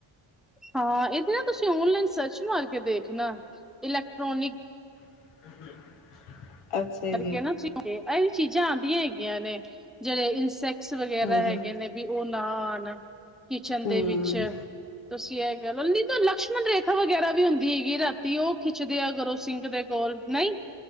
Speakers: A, in the centre; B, on the left (about 85°).
A: ਹਾਂ, ਇਹਦੇ ਨਾ ਤੁਸੀਂ ਓਨਲਾਈਨ ਸਰਚ ਮਾਰ ਕੇ ਦੇਖ ਨਾ ਇਲੈਕਟ੍ਰੋਨਿਕ
B: <unintelligible>
A: ਕਰਕੇ
B: ਜੀ
A: ਨਾ ਤੁਸੀਂ ਇਹ ਵੀ ਚੀਜ਼ਾਂ ਆਂਦੀਆਂ ਹੈਗੀਆਂ ਨੇ, ਜਿਹੜੇ ਇਨਸੈਕਟਸ ਵਗੈਰਾ
B: ਹਾਂਜੀ
A: ਹੈਗੇ ਨੇ ਵੀ ਉਹ ਨਾ ਆਉਣ ਕਿਚਨ ਦੇ
B: ਹਮ
A: ਵਿੱਚ ਤੁਸੀਂ ਇਹ ਨਹੀਂ ਤਾਂ ਲਕਸ਼ਮਣ ਰੇਖਾ ਵਗੈਰਾ ਵੀ ਹੁੰਦੀ ਹੈਗੀ, ਰਾਤੀ ਉਹ ਖਿੱਚਦੇ ਆ ਕਰੋ ਸਿੰਘ ਦੇ ਕੋਲ ਨਹੀਂ